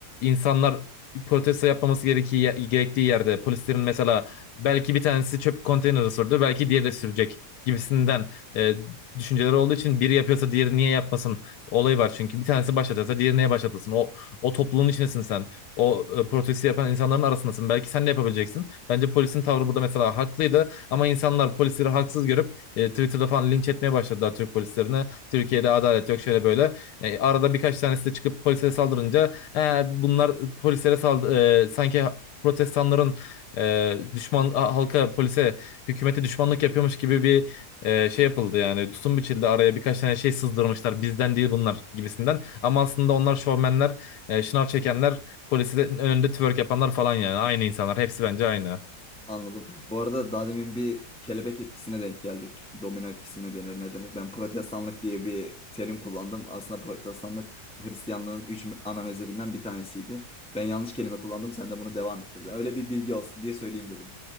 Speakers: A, on the left; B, in the centre.
A: insanlar protesto yapmaması gerektiği, gerektiği yerde polislerin mesela belki bir tanesi çöp konteyneri sürdü belki diğeri sürecek gibisinden e, düşünceleri olduğu için biri yapıyorsa diğeri niye yapmasın olayı var çünkü bir tanesi başlatıyorsa diğeri niye başlatmasın o o topluluğun içindesin sen o e, protesto yapan insanların arasındasın belki sen de yapabileceksin bence polisin tavrı burada mesela haklıydı ama insanlar polisleri haksız görüp e, Twitter'da falan linç etmeye başladılar Türk polislerine Türkiye'de adalet yok şöyle böyle E, arada birkaç tanesi de çıkıp polise saldırınca "Ha, bunlar polislere saldı e, sanki protestanların e, düşman ha- halka polise hükümete düşmanlık yapıyormuş gibi bir e, şey yapıldı yani tutum biçildi araya birkaç tane şey sızdırmışlar bizden değil bunlar gibisinden ama aslında onlar şovmenler e, şınav çekenler polisin önünde twerk yapanlar falan yani aynı insanlar hepsi bence aynı <laughs>
B: Anladım. Bu arada daha demin bir kelebek etkisine denk geldik. Domino etkisi mi denir ne denir? Ben protestanlık diye bir terim kullandım. Aslında protestanlık Hristiyanlığın üç ana mezhebinden bir tanesiydi. Ben yanlış kelime kullandım. Sen de bunu devam ettirdin. Öyle bir bilgi olsun diye söyleyeyim dedim.